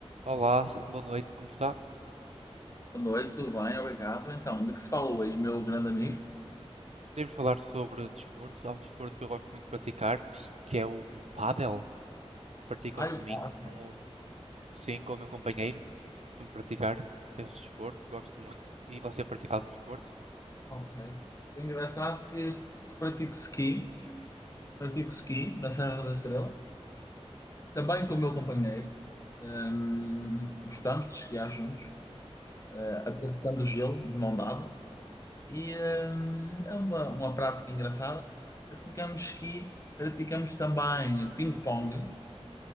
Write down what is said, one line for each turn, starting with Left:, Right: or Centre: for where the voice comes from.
Right: Olá, boa noite, como está?
Left: Boa noite, tudo bem? Obrigado. Então, de que se falou hoje, meu grande amigo?
Right: Queremos falar sobre desporto. Há um desporto que eu gosto muito de praticar, que é o pádel. Pratico
Left: Ah,
Right: aos
Left: eu
Right: domingos,
Left: paddle.
Right: com, sim, com o meu companheiro. Costumo praticar esse desporto, gosto muito. E você pratica algum desporto?
Left: Ok. É Engraçado que, que pratico ski, pratico ski na Serra da Estrela, também com o meu companheiro. Hum, gostamos de esquiar juntos, eh, atravessando o gelo de mão dada. E hum, é uma, uma prática engraçada. Praticamos ski, praticamos também ping-pong,